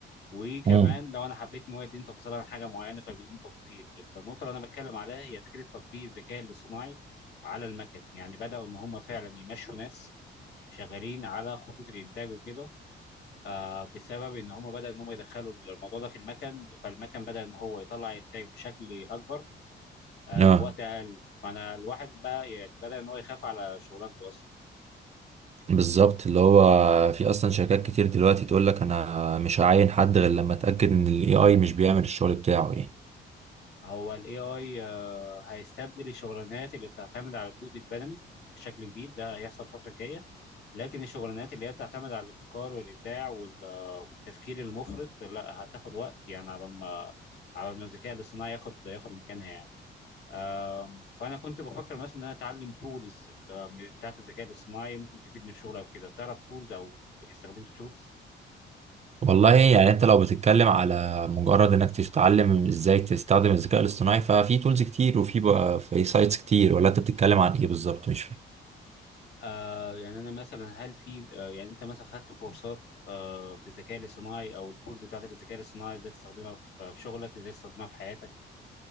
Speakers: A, on the left; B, on the right.
A: وكمان
B: امم
A: لو انا حبيت ان هو يديني تفاصيل عن حاجه معينه فبيديني تفاصيل النقطه اللي انا بتكلم عليها هي فكره تطبيق الذكاء الاصطناعي على المكن يعني بداوا ان هم فعلا يمشوا ناس شغالين على خطوط الانتاج وكده آه بسبب ان هم بدأ ان هم يدخلوا الموضوع ده في المكن فالمكن بدأ ان هو يطلع انتاج بشكل اكبر آه
B: آه.
A: في وقت اقل فانا الواحد بقى يعني بدأ ان هو يخاف على شغلانته اصلا
B: بالظبط اللي هو في اصلا شركات كتير دلوقتي تقول لك انا مش هعين حد غير لما اتاكد ان الاي اي مش بيعمل الشغل بتاعه يعني
A: هو ال AI آه، هيستبدل الشغلانات اللي بتعتمد على الجهد البدني بشكل كبير ده هيحصل الفترة الجاية لكن الشغلانات اللي هي بتعتمد على الابتكار والإبداع وال- آه، والتفكير المفرط لا هتاخد وقت يعني على ما على ما الذكاء الاصطناعي ياخد ياخد مكانها يعني آم، فأنا كنت بفكر مثلا إن أنا أتعلم تولز بتاعت الذكاء الاصطناعي ممكن تفيدني في الشغل أو كده تعرف تولز أو استخدمت تولز
B: والله يعني انت لو بتتكلم على مجرد انك تتعلم ازاي تستخدم الذكاء الاصطناعي ففي تولز كتير وفي بقى في سايتس كتير ولا انت بتتكلم عن ايه بالظبط مش فاهم
A: آه يعني انا مثلا هل في آه يعني انت مثلا خدت كورسات آه في الذكاء الاصطناعي او الكورس بتاعتك الذكاء الاصطناعي ازاي تستخدمها في في شغلك ازاي تستخدمها في حياتك